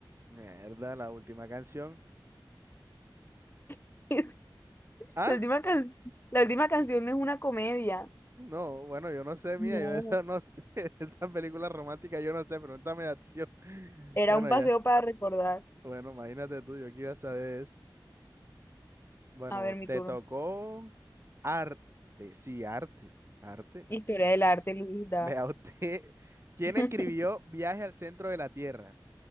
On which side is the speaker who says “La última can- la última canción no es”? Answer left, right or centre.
Left